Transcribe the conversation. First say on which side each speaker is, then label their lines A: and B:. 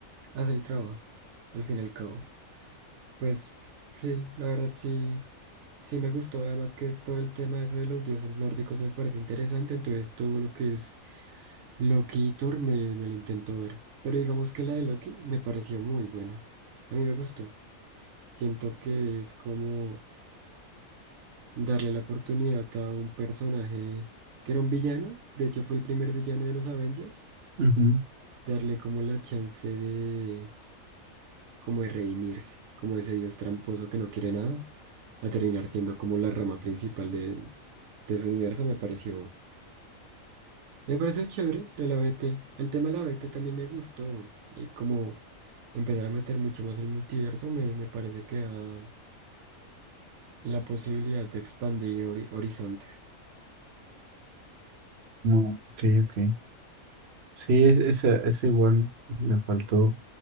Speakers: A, on the right (about 75°); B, on the right (about 55°).
A: hace el trabajo, al fin y al cabo. Pues sí, la verdad sí, sí me gustó. Además que es todo el tema eso de los dioses nórdicos me parece interesante, entonces todo lo que es Loki y Thor me, me lo intento ver. Pero digamos que la de Loki me pareció muy buena. A mí me gustó. Siento que es como darle la oportunidad a un personaje que era un villano, de hecho fue el primer villano de los Avengers,
B: Ujú.
A: darle como la chance de, como de redimirse, como ese dios tramposo que no quiere nada, a terminar siendo como la rama principal de, de su universo, me pareció, me pareció chévere de la B T, El tema de la B T también me gustó, y como empezar a meter mucho más el multiverso, me, me parece que da la posibilidad de expandir hori- horizontes.
B: No, ok, ok. Sí, es- esa, esa igual me faltó